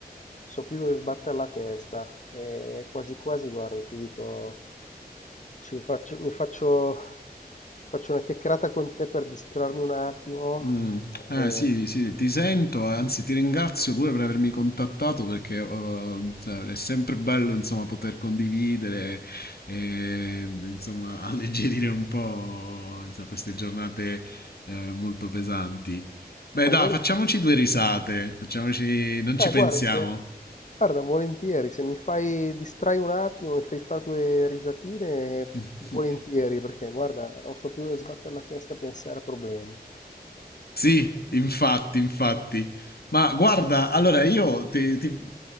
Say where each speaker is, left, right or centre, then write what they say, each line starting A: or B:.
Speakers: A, on the left; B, on the left.
A: so più dove sbattere la testa e quasi quasi, guarda, ti dico, ci faccio, mi faccio, faccio una chiacchierata con te per distrarmi un attimo,
B: Mm. Eh,
A: e
B: sì, sì, ti sento, anzi ti ringrazio pure per avermi contattato perché eh, cioè, è sempre bello insomma poter condividere e insomma <laughs> alleggerire un po' insomma, queste giornate eh, molto pesanti. Beh,
A: magari...
B: dai, facciamoci due risate, facciamoci... non
A: Ah,
B: ci pensiamo.
A: guarda, se... Guarda, volentieri, se mi fai distrai un attimo, mi fai fare due risatine,
B: <laughs>
A: volentieri, perché guarda, non so più dove sbattere la testa a pensare a problemi.
B: Sì, infatti, infatti. Ma guarda, allora io ti- ti-